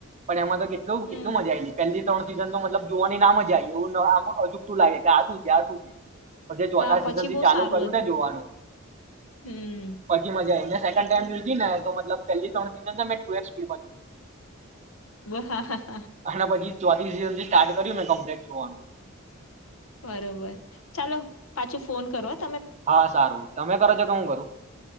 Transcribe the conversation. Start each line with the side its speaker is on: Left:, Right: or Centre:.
Right: પણ એમાં તો કેટલું-કેટલું
Left: હમ
Right: મજા આયેલી, પેલી ત્રણ સીઝન નું મતલબ જોવાની ના મજા <unintelligible> લાગે કે આ શું છે? આ શું છે? પછી ચોથા
Left: હા પછી
Right: સિઝન થી
Left: બહુ
Right: ચાલુ
Left: સારું
Right: કર્યું
Left: હતું
Right: ને જોવાનું,
Left: હમ
Right: પછી મજા આવી ને. સેકન્ડ ટાઈમ જોઈતી ને તો મતલબ પેલી ત્રણ સિઝન છે મે ટુ એક્સ સ્પીડમાં જોઈ.
Left: <inaudible>
Right: આના પછી ચોથી સીઝનથી સ્ટાર્ટ કર્યું ને કમ્પલેટ જોવાનો.
Left: બરોબર. ચાલો પાછું ફોન કરો હ
Right: હા સારું. તમે કરો છો કે હું કરું?